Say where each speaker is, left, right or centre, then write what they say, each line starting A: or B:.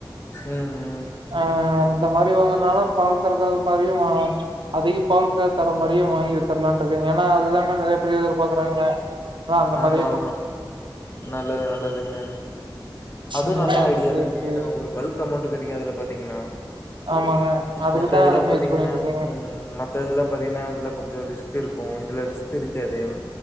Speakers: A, on the left; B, on the right.
A: ம், ம்.
B: ஆ அம் இந்த மாரி வாங்குறனால பால் கறக்கறது மாரியும் அதிக பால் தர மாரியும் வாங்கி வித்ரலான்ருக்கேங்க ஏன்னா அதுதானே நிறைய பேர் எதிர்பாக்கறாங்க நா அந்த
A: ஆமா,
B: மாரி
A: ஆமா நல்லது நல்லதுங்க அது
B: ம்
A: நல்ல ஐடியா
B: சேரி
A: தாங்க
B: சேரிங்க
A: ஏன்னா ஒரு பல்க் அமௌண்ட் க புடிக்காதுல்ல பாத்தீங்கன்னா
B: ஆமாங்க அதுக்குதா
A: மத்ததுல்லாம்
B: முயற்சி
A: பாத்தீங்கன்னா
B: பண்ணிட்டு இருக்கேங்க
A: ம் மத்த இதுல்லாம் பாத்தீங்கன்னா இதுல கொஞ்ச ரிஸ்க் இருக்கு இதுல ரிஸ்க் தீருக்கேதையம்